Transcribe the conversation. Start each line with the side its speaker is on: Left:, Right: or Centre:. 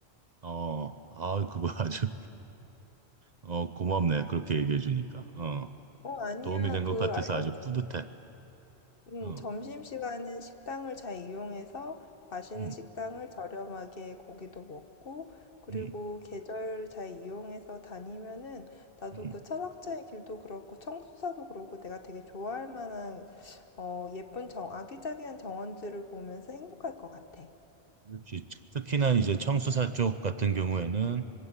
Right: 어, 아 그거 <laughs> 아주 어 고맙네. 그렇게 얘기해 주니까 어
Left: 어, 아니야.
Right: 도움이 된 것
Left: 그,
Right: 같아서
Left: 알려줘.
Right: 아주 뿌듯해.
Left: 음,
Right: 어,
Left: 점심시간에 식당을 잘 이용해서 맛있는
Right: 음,
Left: 식당을 저렴하게 고기도 먹고, 그리고
Right: 음,
Left: 계절 잘 이용해서 다니면은 나도
Right: 음.
Left: 그 철학자의 길도 그렇고 청수사도 그렇고 내가 되게 좋아할 만한 어, 예쁜 정, 아기자기한 정원들을 보면서 행복할 것 같아.
Right: 그렇지. 특히나 이제 청수사 쪽 같은 경우에는